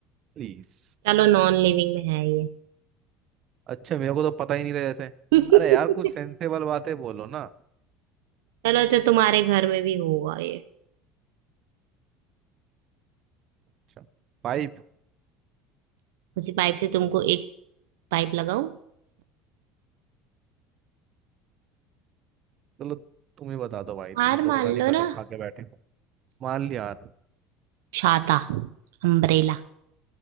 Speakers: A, on the right (about 50°); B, on the right (about 85°).
A: प्लीज
B: चलो नॉन लिविंग में है ये
A: अच्छा मेरे को तो पता ही नहीं था जैसे
B: <laughs>
A: अरे यार कुछ सेंसेबल बातें बोलो ना
B: चलो अच्छा तुम्हारे घर में भी होगा ये
A: अच्छा पाइप
B: उसी पाइप से तुमको एक पाइप लगाऊं
A: चलो तुम ही बता दो भाई तुम
B: हार
A: तो
B: मान
A: पता नहीं
B: लो
A: कसम
B: ना
A: खा के बैठे हो मान लिया यार
B: छाता अम्ब्रेला